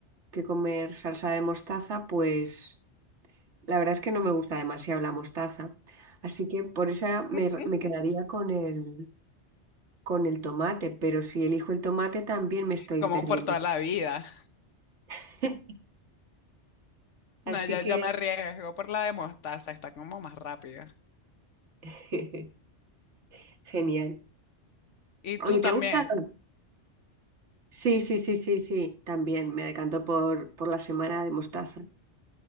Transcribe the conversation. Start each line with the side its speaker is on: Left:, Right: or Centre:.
Right: que comer salsa de mostaza, pues la verdad es que no me gusta demasiado la mostaza. Así que por esa me,
Left: <laughs>
Right: me quedaría con el con el tomate, pero si elijo el tomate también me estoy
Left: Como
Right: perdiendo.
Left: por toda la vida.
Right: <laughs>
Left: No,
Right: Así
Left: yo,
Right: que
Left: yo me arriesgo por la de mostaza, está como más rápida.
Right: <laughs> genial.
Left: ¿Y
Right: Oye,
Left: tú también?
Right: ¿te gusta? Sí, sí, sí, sí, sí. También me decanto por, por la semana de mostaza.